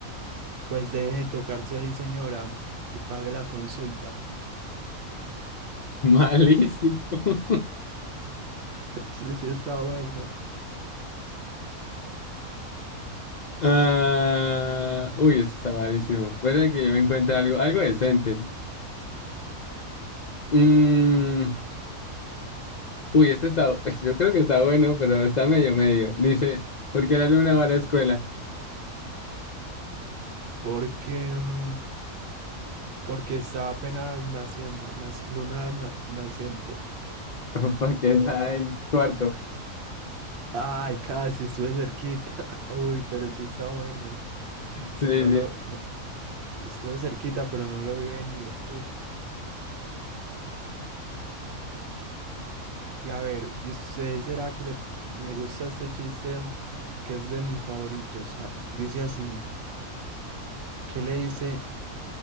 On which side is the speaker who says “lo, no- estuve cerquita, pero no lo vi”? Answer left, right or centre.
Right